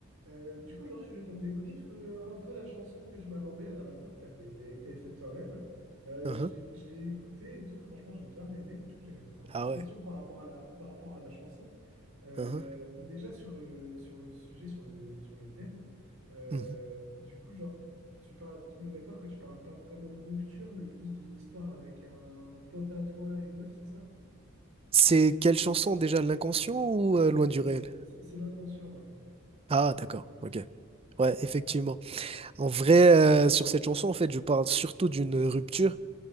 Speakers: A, on the right; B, on the right.
A: Euh, du coup, aujourd'hui, je voulais qu'on débriefe euh, un peu la chanson que tu m'avais envoyée la dernière fois que tu avais, que t'avais faite toi-même. Euh,
B: Uhum.
A: je l'ai, je l'ai écoutée et tout, franchement, j'ai bien aimé. Mais du coup, j'avais deux, trois petites
B: Ah
A: questions
B: ouais.
A: par rapport à la, par rapport à la chanson. Euh,
B: Uhum.
A: déjà, sur, euh, sur le sujet, sur le, sur le thème, euh,
B: Mhm.
A: du coup, genre, tu parles, on est d'accord que tu parles pas vraiment de rupture, mais plus d'une histoire avec un pote à toi et une meuf, c'est ça?
B: C'est quelle chanson déjà, l'inconscient ou euh,
A: Euh,
B: loin du réel?
A: c'est c'est l'inconscient, ouais.
B: Ah d'accord, ok. Ouais, effectivement. En vrai, euh, sur cette chanson, en fait, je parle surtout d'une rupture.